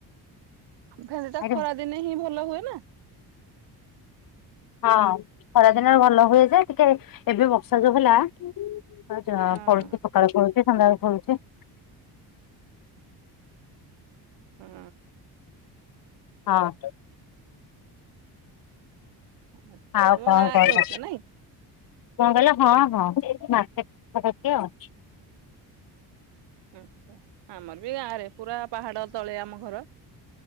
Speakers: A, on the right (about 90°); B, on the left (about 55°).
A: ଭେଣ୍ଡିଟା
B: ଆଜ୍ଞା
A: ଖରା ଦିନେ ହିଁ ଭଲ ହୁଏ ନା।
B: ହଁ ଖରାଦିନରେ ଭଲ ହୁଏ ଯେ ଟିକେ ଏବେ ବର୍ଷା ଯୋଉ ହେଲା। ହଁ ଯାହା
A: ହଁ।
B: ଫଳୁଛି ସକାଳେ ଫଳୁଛି ସନ୍ଧ୍ୟା ରେ ଫଳୁଛି।
A: ହୁଁ।
B: ହଁ।
A: ଆଚ୍ଛା
B: ଆଉ
A: ତୁମ
B: କଣ
A: ଗାଁରେ
B: କହୁଛ?
A: ରହୁଛ ନାଇଁ
B: କଣ କହିଲ ହଁ ହଁ ମାର୍କେଟ <unintelligible> ଆଉ।
A: ହୁଁ ଆମର ବି ଗାଁ ରେ ପୁରା ପାହାଡ ତଳେ ଆମ ଘର।